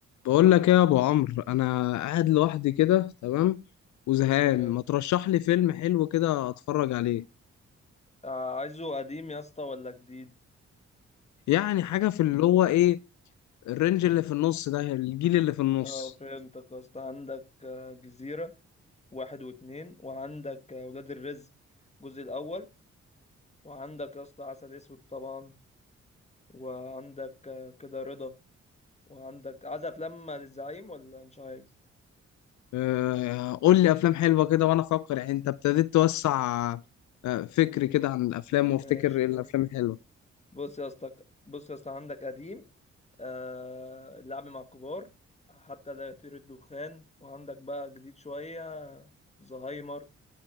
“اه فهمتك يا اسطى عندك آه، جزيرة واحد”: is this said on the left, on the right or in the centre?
Left